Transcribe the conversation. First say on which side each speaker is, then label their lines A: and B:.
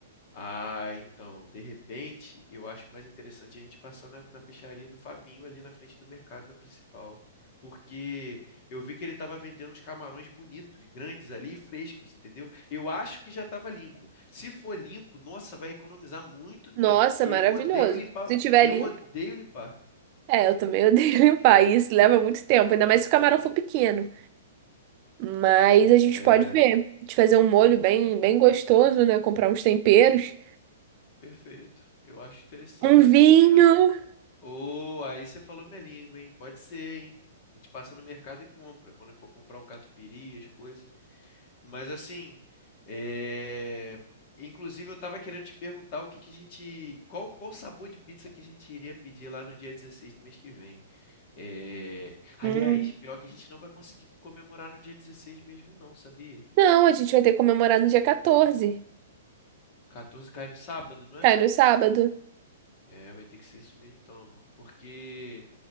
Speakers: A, on the left; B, on the right.
A: Ah, então, de repente, eu acho mais interessante a gente passar na, na peixaria do Fabinho ali na frente do mercado, na principal. Porque eu vi que ele estava vendendo uns camarões bonitos, grandes ali, e frescos, entendeu? Eu acho que já estava limpo. Se for limpo, nossa, vai economizar muito tempo,
B: Nossa,
A: porque eu
B: maravilhoso.
A: odeio limpar.
B: Se tiver
A: Eu
B: limpo.
A: odeio limpar.
B: É, eu também odeio <laughs> limpar. e Isso leva muito tempo, ainda mais se o camarão for pequeno. Mas a gente
A: É,
B: pode ver. A gente fazer um molho bem, bem gostoso, né? Comprar uns temperos.
A: perfeito. Eu acho interessante.
B: Um vinho.
A: Inclusive, eu... Oh, aí você falou minha língua, hein? Pode ser, hein? A gente passa no mercado e compra. Quando for comprar o catupiry, as coisas. Mas assim, é, inclusive eu tava querendo te perguntar o que que a gente, qual qual sabor de pizza que a gente iria pedir lá no dia 16 do mês que vem. É, Aliás,
B: Hum.
A: pior que a gente não vai conseguir comemorar no dia 16 mesmo não, sabia?
B: Não, a gente vai ter que comemorar no dia 14.
A: 14 cai no sábado, não é?
B: Cai no sábado.
A: É, vai ter que ser isso mesmo então, amor. Porque